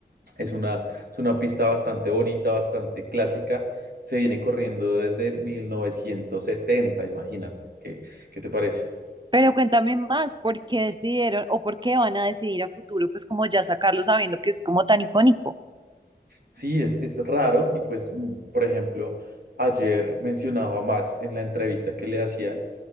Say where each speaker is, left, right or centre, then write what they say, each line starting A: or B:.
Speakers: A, on the right; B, on the right.
A: es una, es una pista bastante bonita, bastante clásica. Se viene corriendo desde 1970, imagínate. ¿Qué, qué te parece?
B: Pero cuéntame más, ¿por qué decidieron o por qué van a decidir a futuro, pues como ya sacarlo sabiendo que es como tan icónico?
A: Sí, es, es raro y pues, mm, por ejemplo, ayer mencionaba a Max en la entrevista que le hacían